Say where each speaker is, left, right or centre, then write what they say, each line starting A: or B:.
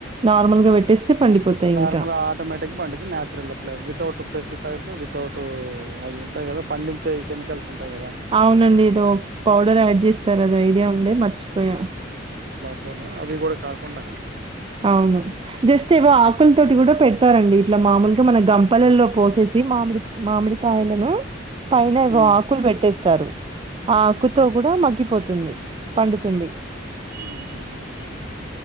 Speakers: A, on the right (about 30°); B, on the right (about 55°).
A: నార్మల్గా పెట్టేస్తే పండిపోతాయి
B: నార్మల్
A: ఇంకా
B: ఆటోమేటిక్ పండుద్ది నాచురల్ ఫ్లవ్ వితౌట్ పెస్టిసైడ్స్ వితౌట్ అవింటయి కదా పండి ఇంచే ఈ కెమికల్స్ ఉంటాయి కదా
A: అవునండి ఏదో పౌడర్ యాడ్ చేస్తారు అది ఐడియా ఉండే మర్చిపోయా
B: చూడ అవి కూడా కాకుండా
A: అవును జస్ట్ ఏవో ఆకుల తోటి కూడా పెడతారండి ఇట్లా మామూలుగా మన గంపలలో పోసేసి మామిడి మామిడికాయలను పైన ఏవో
B: ఉమ్,
A: ఆకులు పెట్టేస్త తరు ఆకుతో కూడ మగ్గిపోతుంది పండుతుంది
B: ఉహు